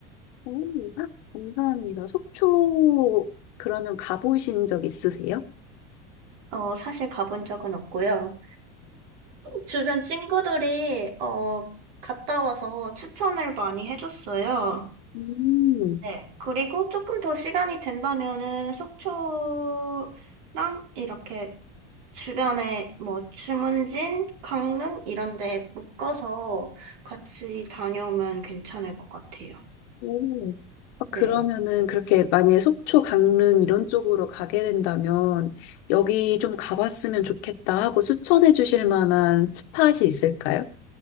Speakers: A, on the left; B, on the right.
A: 오, 아, 감사합니다. 속초 그러면 가보신 적 있으세요?
B: 어 사실 가본 적은 없고요. 주변 친구들이 어 갔다 와서 추천을 많이 해줬어요.
A: 음,
B: 네, 그리고 조금 더 시간이 된다면은 속초랑 이렇게 주변에 뭐 주문진, 강릉 이런 데 묶어서 같이 다녀오면 괜찮을 것 같아요.
A: 오. 아,
B: 네.
A: 그러면은 그렇게 만약에 속초, 강릉 이런 쪽으로 가게 된다면 여기 좀 가봤으면 좋겠다 하고 추천해 주실 만한 스팟이 있을까요?